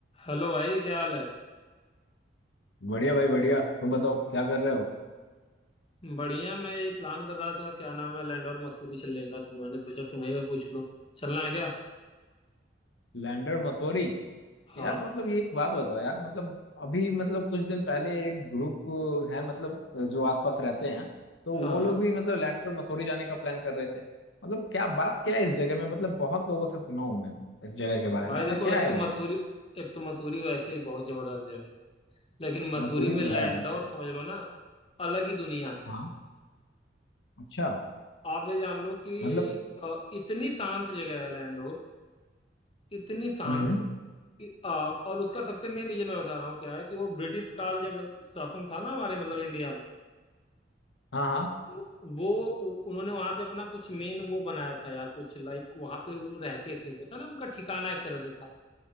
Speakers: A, on the left (about 30°); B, on the left (about 75°).
A: Hello भाई क्या हाल है
B: बढ़िया भाई बढ़िया तुम बताओ क्या कर रहे हो
A: बढ़िया मैं यही प्लान कर रहा था क्या नाम है लैंड और मसूरी चलने का तो मैंने सोचा तुम्हें भी पूछ लो चलना है क्या
B: लैंडर मसूरी
A: हाँ
B: यार मतलब ये एक बात बताओ यार मतलब अभी मतलब कुछ दिन पहले एक ग्रुप है मतलब जो आसपास रहते हैं तो वो
A: हाँ हाँ
B: लोग भी मतलब लैंडर मसूरी जाने का प्लान कर रहे थे मतलब क्या बात क्या है इस जगह में मतलब बहुत लोगों से सुना हूं मैं इस जगह के बारे
A: भाई
B: में ऐसा
A: देखो
B: क्या
A: एक
B: है
A: तो
B: वहां
A: मसूरी
B: पे
A: एक तो मसूरी वैसे ही बहुत जबरदस्त जगह है लेकिन मसूरी
B: मसूरी
A: में
B: तो
A: लैंड
B: है मसूरी
A: और समझ लो ना अलग ही दुनिया है
B: हाँ अच्छा
A: आप ये जान लो कि
B: मतलब
A: अ, इतनी शांत जगह है लैंडोर इतनी शांत
B: हम्म
A: कि अ, और उसका सबसे मेन रीजन मैं बता रहा हूँ क्या है कि वो ब्रिटिश काल जब शासन था ना हमारे मतलब इंडिया में
B: हाँ हाँ
A: वो वो- उ- उन्होंने वहां पे अपना कुछ मेन वो बनाया था यार कुछ लाइक वहां पे वो रहते थे होता ना उनका ठिकाना एक तरह से था